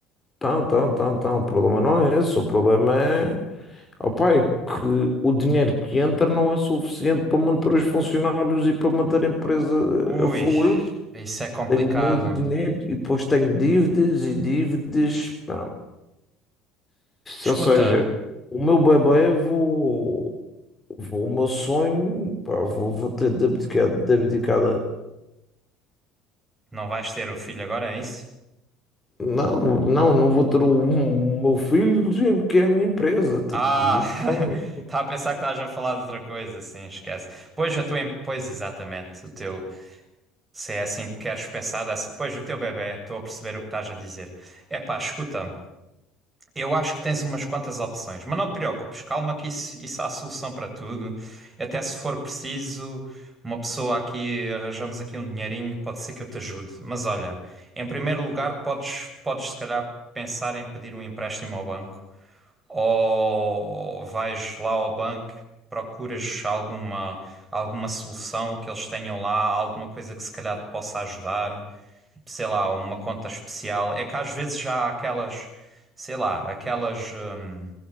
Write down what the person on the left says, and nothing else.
Então, então, então, então. O problema não é esse. O problema é. ó pai, o dinheiro que entra não é suficiente para manter os funcionários e para manter a empresa
a fluir.
Tenho muito dinheiro e depois tenho dívidas e dívidas. pá.
Ou seja, o meu bebê, eu vou, vou, o meu sonho, pá, vou, vou ter de abdicar, de abdicar da-
Não, não, não vou ter o, o meu filho, gente, que é a minha empresa. Tipo,
o meu
sonho.